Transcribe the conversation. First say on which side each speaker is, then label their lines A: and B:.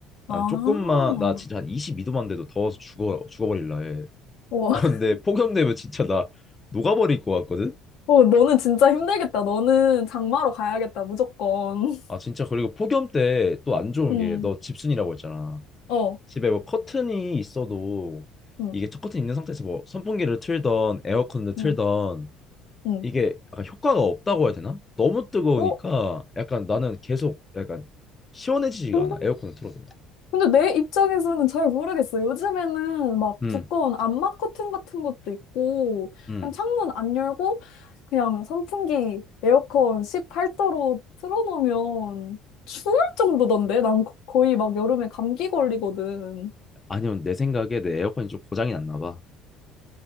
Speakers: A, on the left; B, on the left.
A: 아,
B: 난
A: 어,
B: 조금만 나 진짜 한 22도만 돼도 더워서 죽어 죽어버릴라 해.
A: <laughs>
B: 그런데 폭염 되면 진짜 나 녹아버릴 것 같거든.
A: 어, 너는 진짜 힘들겠다. 너는 장마로 가야겠다, 무조건. <laughs>
B: 아 진짜 그리고 폭염 때 또 안 좋은
A: 음,
B: 게 너 집순이라고 했잖아.
A: 어,
B: 집에 뭐 커튼이 있어도
A: 음,
B: 이게 첫 커튼 있는 상태에서 뭐 선풍기를 틀던 에어컨을 틀던
A: 음, 음.
B: 이게 약간 효과가 없다고 해야 되나? 너무 뜨거우니까
A: 어?
B: 약간 나는 계속 약간 시원해지지가
A: 근데
B: 않아. 에어컨을 틀어도.
A: 근데 내 입장에서는 잘 모르겠어요. 요즘에는 막
B: 음,
A: 두꺼운 암막 커튼 같은 것도 있고,
B: 음.
A: 그냥 창문 안 열고, 그냥 선풍기, 에어컨 18도로 틀어놓으면 추울 정도던데? 난 거- 거의 막 여름에 감기 걸리거든.
B: 아니면 내 생각에 내 에어컨이 좀 고장이 났나 봐.